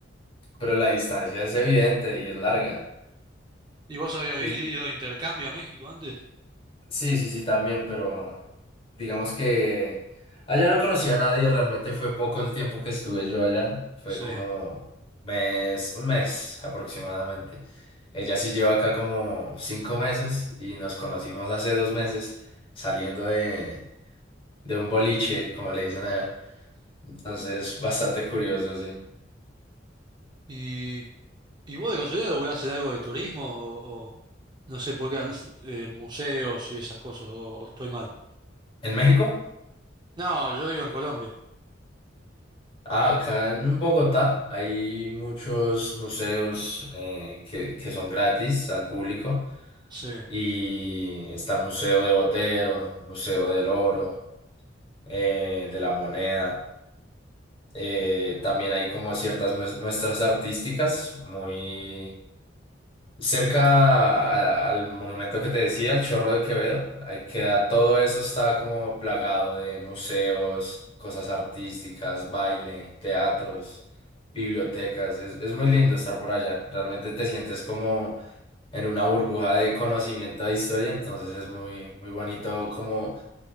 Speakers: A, on the left (about 30°); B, on the right (about 25°).
A: pero la distancia es evidente y es larga.
B: ¿Y vos habías
A: Y,
B: i- ido de intercambio a México antes?
A: Sí, sí, sí, también, pero digamos que allá no conocí a nadie, realmente fue poco el tiempo que estuve yo allá, fue
B: Sí,
A: como mes, un mes aproximadamente. Ella sí lleva acá como cinco meses y nos conocimos hace dos meses saliendo de, de un boliche, como le dicen allá. Entonces, bastante curioso, sí.
B: sí. ¿Y vos de casualidad laburás en algo de turismo o, o no sé por qué an- <laughs> eh, museos y esas cosas o, o estoy mal?
A: ¿En México?
B: No, yo digo en Colombia.
A: Ah, acá en Bogotá hay muchos museos eh, que, que son gratis al público.
B: Sí,
A: Y está el Museo de Botero, Museo del Oro, eh, de la Moneda. Eh, también hay como ciertas mues- muestras artísticas muy cerca a- al monumento que te decía, el Chorro de Quevedo. Ahí queda, todo eso está como plagado de museos, cosas artísticas, baile, teatros, bibliotecas. Es, es muy lindo estar por allá. Realmente te sientes como en una burbuja de conocimiento de historia, entonces es muy, muy bonito como